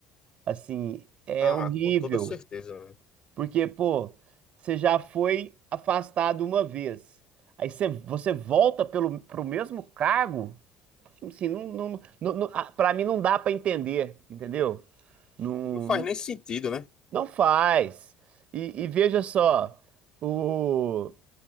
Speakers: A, on the right; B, on the left.
A: Assim, é
B: Ah,
A: horrível,
B: com toda certeza, né?
A: porque, pô, você já foi afastado uma vez, aí você, você volta pelo, pro mesmo cargo, assim, não, não, não, não- ah, pra mim não dá pra entender, entendeu? Não,
B: Não faz nem sentido, né?
A: não faz. E, e veja só, o,